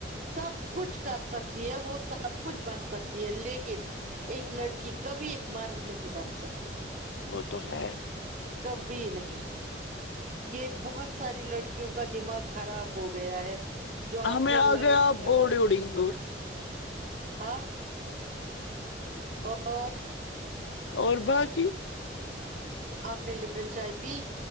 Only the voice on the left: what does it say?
وہ تو ہے
ہمیں آ
گیا
بورڈ اڈنگ
اور باجی